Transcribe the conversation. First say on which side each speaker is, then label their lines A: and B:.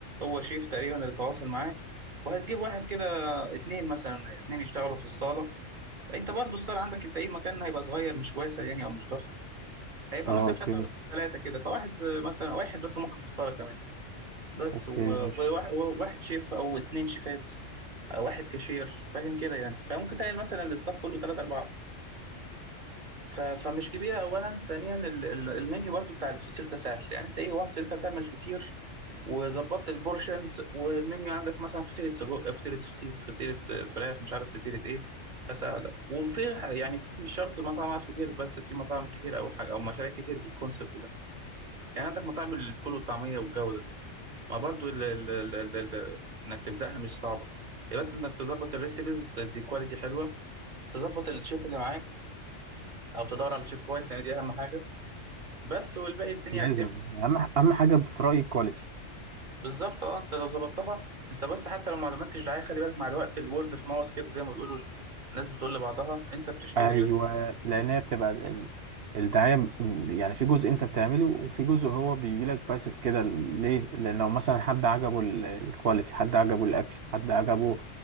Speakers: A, on the right; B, on the right.
A: هو شيف تقريبا اللي تواصل معاه وهتجيب واحد كده آه، اتنين مثلا اتنين يشتغلوا في الصاله انت برضو الصاله عندك انت ايه مكان هيبقى صغير مش واسع يعني او مش ضخم هيبقى
B: اه
A: مثلا
B: اوكي
A: فيها بس ثلاثه كده فواحد آه، مثلا واحد بس ممكن في الصاله كمان بس
B: اوكي
A: و-
B: ماشي
A: وواحد وواحد شيف او اتنين شيفات أو واحد كاشير فاهم كده يعني فممكن تلاقي مثلا الاستاف كله تلاتة أربعة ف- فمش كبيرة أولا ثانيا ال- ال- المنيو برضو بتاع الفطير ده سهل يعني أنت إيه وانس أنت بتعمل الفطير وظبطت البورشنز والمنيو عندك مثلا فطيرة سجق فطيرة سوسيس فطيرة فراخ مش عارف فطيرة إيه فسهلة وفي ح- يعني في مش شرط مطعم على الفطير بس في مطاعم كتير أو حاجة أو مشاريع كتير بالكونسبت ده يعني عندك مطاعم الفول والطعمية والجو ده وبرضه ال- ال- ال- ال- ال- انك تبداها مش صعبه هي بس انك تظبط الريسيبيز تدي كواليتي حلوه تظبط الشيف اللي معاك او تدور على شيف كويس لان دي اهم حاجه بس والباقي الدنيا
B: لازم
A: بتمشي
B: اهم اهم حاجة في رأيي كواليتي
A: بالظبط اه انت لو ظبطتها انت بس حتى لو ما عملتش دعايه خلي بالك مع الوقت الورد في ماوس كده زي ما بيقولوا الناس بتقول لبعضها انت بتشتهر
B: ايوه
A: يا باشا
B: لان هي بتبقى ال- الدعايه م- يعني في جزء انت بتعمله وفي جزء هو بيجي لك باسف كده ل- ليه لانه مثلا حد عجبه ال- الكواليتي حد عجبه الاكل حد عجبه